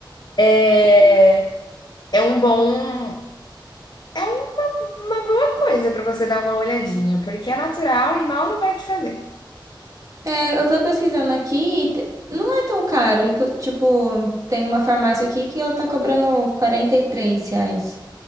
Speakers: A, on the left (about 55°); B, on the right (about 40°).
A: é, é um bom, é uma boa coisa para você dar uma olhadinha, porque é natural e mal não vai te fazer.
B: É, eu tô pesquisando aqui e te- não é tão caro. inclu- Tipo, tem uma farmácia aqui que ela tá cobrando 43 reais.